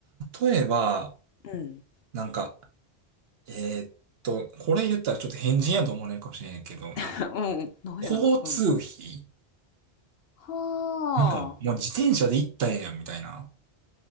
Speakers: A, on the right; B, on the left.
A: 例えば、
B: うん。
A: なんか、えーっと、これ言ったらちょっと変人やと思われるかもしれないけど、
B: <laughs>
A: なんか、
B: うん。なんやろ。
A: 交通費
B: うん。は
A: なんか、もう自転車で行ったらええやん、みたいな。